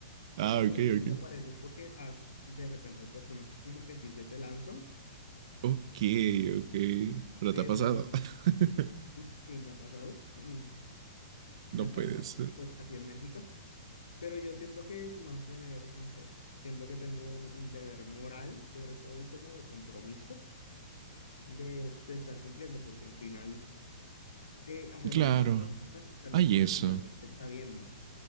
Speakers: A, on the right; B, on the left.
A: ah,
B: oportunidades
A: ok, ok.
B: se aparecen porque ah, de repente hay personas como que sí se te lanzan,
A: Ok, ok. Pero
B: pero
A: te ha pasado. <laughs>
B: mm, sí me ha pasado, mm,
A: no
B: me pasó
A: puede ser.
B: pues aquí en Bélgica. Pero yo siento que es más tener, no sé, siento que tengo un, un deber moral, sobre todo, y como de compromiso de, de estar cumpliendo, porque al final eh, hacer
A: Claro,
B: las cosas, las- hacerlas
A: hay
B: pues
A: eso.
B: cuando alguien te está viendo.